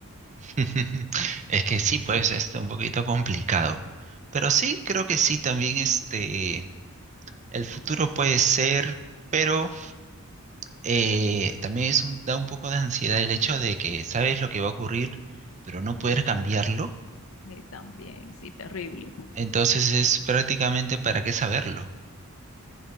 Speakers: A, on the right; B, on the left.
A: <laughs> Es que sí, pues este un poquito complicado. Pero sí, creo que sí, también este el futuro puede ser, pero eh, también es un- da un poco de ansiedad el hecho de que sabes lo que va a ocurrir, pero no poder cambiarlo.
B: Y también, sí, terrible.
A: Entonces es prácticamente para qué saberlo.